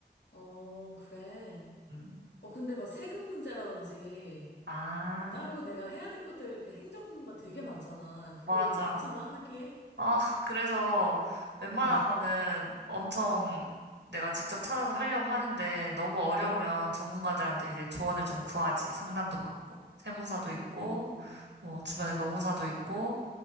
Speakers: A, on the left; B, on the right.
A: 어, 그래.
B: 음.
A: 어, 근데 막 세금 문제라든지,
B: 아,
A: 뭐 따로 내가 해야 될 것들, 이렇게 행정 업무가 되게 많잖아. 그거
B: 맞아.
A: 괜찮아? 하기에?
B: 아, 그래서 웬만한
A: 어,
B: 거는 엄청 내가 직접 찾아서 하려고 하는데 너무 어려우면 전문가들한테 이제 조언을 좀 구하지. 상담도 받고. 세무사도 있고,
A: <laughs> 음,
B: 뭐 주변에 노무사도 있고,